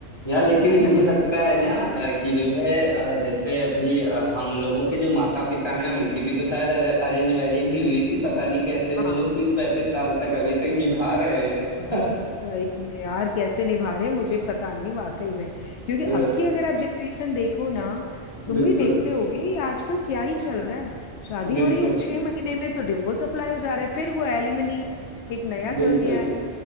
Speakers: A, on the left; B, on the left.
A: यार लेकिन
B: है
A: मुझे
B: ना
A: लगता है ना अ, कि जो है अ, जैसे अभी अ, हम लोगों के जो माता पिता हैं उनकी भी तो शायद अरेंज मैरिज ही हुई थी पता नहीं कैसे वो
B: हाँ
A: लोग तीस पैंतीस साल तक अभी तक निभा रहे हैं
B: सही में यार कैसे निभा रहे हैं, मुझे पता नहीं वाकई में क्योंकि
A: तो
B: अब की अगर आप जनरेशन देखो ना तुम
A: बिल्कुल
B: भी देखते होगे ये आजकल क्या ही चल रहा है शादी
A: बिल्कुल
B: हो रही है छह महीने में तो डिवोर्स अप्लाई हो जा रहा है फिर वो एलिमनी एक नया चल
A: बिल्कुल
B: गया है